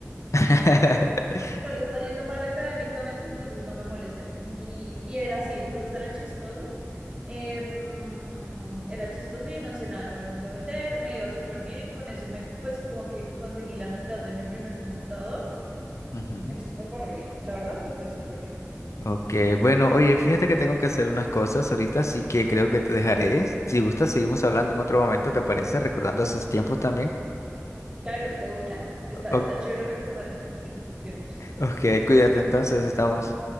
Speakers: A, on the left (about 65°); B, on the right (about 20°).
A: <laughs>
B: No le está yendo mal académicamente, entonces no me molesten. Y, y era así, entonces era chistoso. Em, era chistoso y en Ensenada yo me puse a vender, me iba súper bien, con eso me, pues como que conseguí la mitad de mi primer computador,
A: Ujú.
B: entonces
A: <laughs>
B: me fue re bien, la verdad me fue súper bien.
A: Ok, bueno, oye, fíjate que tengo que hacer unas cosas ahorita, así que creo que te dejaré. Si gustas, seguimos hablando en otro momento, ¿te parece? Recordando esos tiempos también.
B: Claro, de una. Está,
A: O-
B: está chévere recordar esos, esos tiempos.
A: ok, cuídate, entonces estamos.